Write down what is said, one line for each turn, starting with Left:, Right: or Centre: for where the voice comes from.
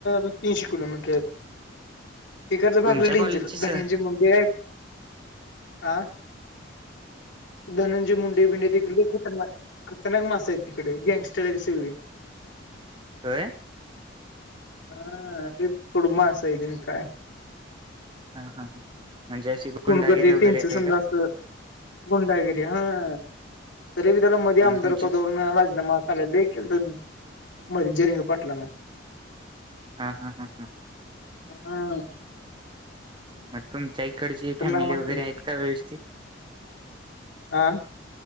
Left: तीनशे किलोमीटर. तिक तर भागलं
Right: तुमच्या कॉलेजचे
Left: ंचर
Right: सर
Left: धणींचे मु क हा <unintelligible> धनंजय मुंडे बिंडे ते इकडच का खतरनाक खतरनाक मासा आहेत, तिकडे गँगस्टर आहे सगळी.
Right: काय?
Left: हा अे कुड मासा आहेन काय <unintelligible>
Right: हा, हा, हा, म्हणजे अशी गुंडागिरी
Left: खणकरची
Right: वगैरे
Left: तीनच संमधास
Right: आहे का
Left: गुंडागिरी हा <unintelligible> तरीबी त्याला मध्ये आमदार
Right: तुमची
Left: पदावरून राजीनामा <unintelligible> देखील तर मधी जरींग पाटलन.
Right: हा हा, हा,
Left: हा
Right: हा, च्या इकडची
Left: खतरनाक
Right: फॅमिली
Left: माणसं
Right: वगैरे आहेत का व्यवस्थित?
Left: हा